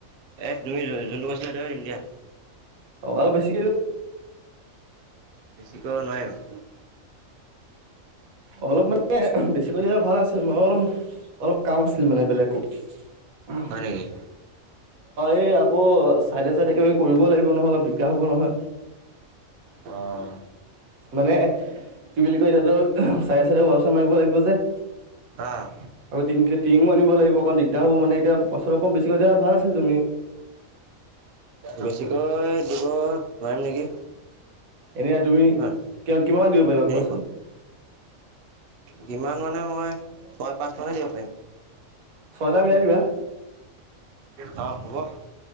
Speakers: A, on the right (about 60°); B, on the right (about 85°).
A: এ তুমি যোনটো কৈছিল ইন্ডিয়া ত দিম দিয়া
B: অ অলপ বেছি
A: বেছিকৈ নোৱাৰি।
B: অলপ মানে বেছিকৈ দিলে ভাল আছিল মই অলপ -অলপ কাম আছিলো মানে বেলেগো উম
A: হয় নেকি
B: এই। অ চাইডে -চাইডে কিবা কৰিবই লাগিব নহয়, অলপ দিগদাৰ ৰ হ'ব নহয়
A: অহ
B: মানে কি বুলি কয চাৰে চাই ৱাছাৰ মাৰিব লাগিব যে
A: অহ
B: আকৌ টিমও আনিব লাগিব অণ দিগদাৰ হ'ব মানে এতিয়া পইচা বেছিক কৰি দা ভাল আছিল তুমি
A: বেছিকৈ দিব নোৱাৰিম নেকি
B: এনে তুমি
A: কিমান
B: কিমান দিব পাৰিবা
A: তিনিশ
B: কোৱাচোন।
A: কিমান মানে মই ছয় -পাঁচ মানে দিব পাৰিম।
B: ছয় এটা মিলাই দিবা।
A: অঁ হ'ব